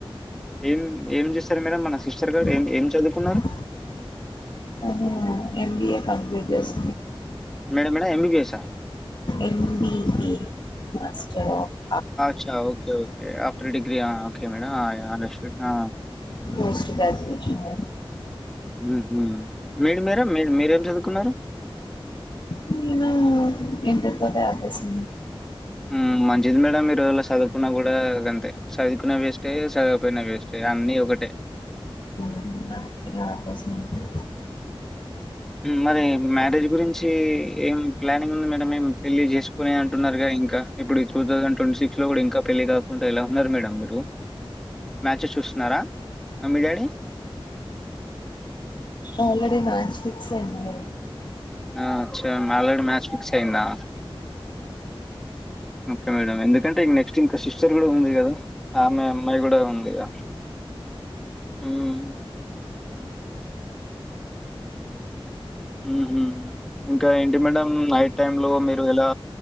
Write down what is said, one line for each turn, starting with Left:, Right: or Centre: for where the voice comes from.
Centre: ఏం ఏం చేస్తారు మేడం మన
Left: <unintelligible>
Centre: సిస్టర్ గారు? ఏం ఏం చదువుకున్నారు?
Left: ఏం B A complete <unintelligible> yes
Centre: madam madam ఎంబీబీఎసా?
Left: ఎం బి ఏ <unintelligible>
Centre: చ్చ okay okay after degree okay madam ఆ
Left: ప పోస్ట్ గ్రాజుయేషన్
Centre: హ్మ్ హు మీరు మీర మీ మీరేం చదువుకున్నారు
Left: నేనా ఇంటర్ తోనే ఆపేసా
Centre: మ్మ్ మంచిది మేడం ఈ రజుల చదువుపున్న కూడా గంతే సదికునే వేస్ టే సరిపోయిన వేస్ట్ అన్ని ఒకటే
Left: అందుకనే ఆపేసింది
Centre: మరి మ్యారేజ్ గురించి ఏం ప్లానింగ్ ఉంది మేడంమ్ ఏము పెళ్ళి చేసుకుని అంటున్నారు కద ఇంకా ఇప్పుడు టూ థౌజండ్ ట్వంటీ సిక్స్ లో కూడా ఇంకా పెళ్ళి కాకుండా ఇలా ఉన్నారు మేడం మీరు. మ్మ్యాచ్స్ చూస్తున్నారా mummy daddy
Left: already match fix అయ్యింది
Centre: ఆ! అచ్చా! ఆల్రెడీ మ్యాచ్ ఫిక్స్ అయిందా? ఓకే మేడం ఎందుకంటే నెక్స్ట్ ఇంక సిస్టర్ కూడా ఉంది కదా ఆమె అమ్మాయి కూడా ఉందిగా ఊమ్ ఊహూ ఇంకా ఏంటి మేడం నైట్ టైం లో మీరు ఎలా